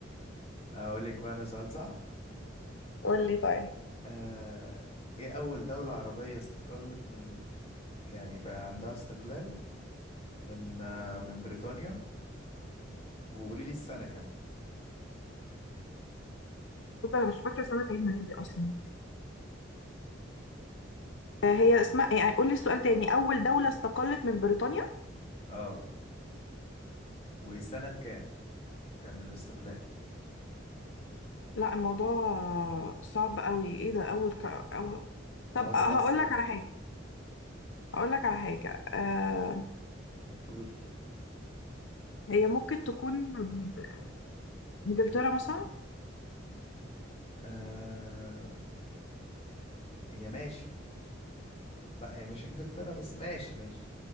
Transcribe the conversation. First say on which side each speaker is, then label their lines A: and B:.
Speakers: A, on the left; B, on the left.
A: اقول لك بقى انا سؤال صعب
B: قول لي طيب
A: آه ايه اول دولة عربية استقلت من ال- يعني بقى عندها استقلال من آه من بريطانيا وقولي لي السنة كمان
B: بص أنا مش فاكرة سنة عيد ميلادي أصلا آه، هي اسمها يعني قول لي السؤال تاني أول دولة استقلت من بريطانيا
A: اه وسنة كام كان الاستقلال
B: لا الموضوع صعب قوي ايه ده
A: ما,
B: اول
A: ما,
B: ك... أول...
A: ما
B: طب
A: هو ده
B: هقول
A: بقى السؤال
B: لك على حاجه هقول لك على حاجه آه...
A: قولي
B: هي ممكن تكون ب- ب- انجلترا مثلا
A: آه هي ماشي لا هي مش انجلترا بس ماشي ماشي